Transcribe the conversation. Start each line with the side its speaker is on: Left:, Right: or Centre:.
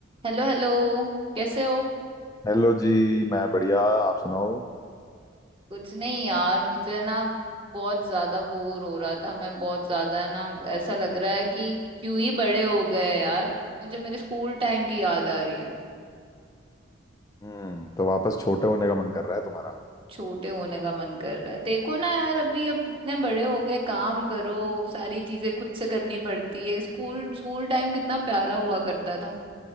Right: Hello hello कैसे हो
Left: हेलो जी मैं बढ़िया आप सुनाओ
Right: कुछ नहीं यार मुझे ना बहुत ज्यादा बोर हो रहा था मैं बहुत ज्यादा ना ऐसा लग रहा है कि क्यों ही बड़े हो गए यार मुझे मेरे स्कूल टाइम की याद आ रही है
Left: हम्म तो वापस छोटे होने का मन कर रहा है तुम्हारा
Right: छोटे होने का मन कर रहा है देखो ना यार अभी अब इतने बड़े हो गए काम करो सारी चीजें खुद से करनी पड़ती है स्कूल स्कूल टाइम कितना प्यारा हुआ करता था